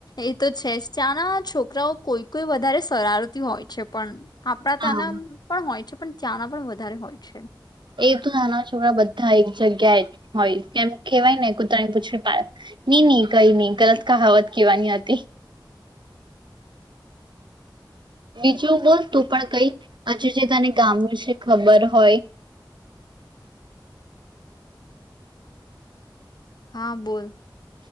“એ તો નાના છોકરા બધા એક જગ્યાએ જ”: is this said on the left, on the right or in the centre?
Right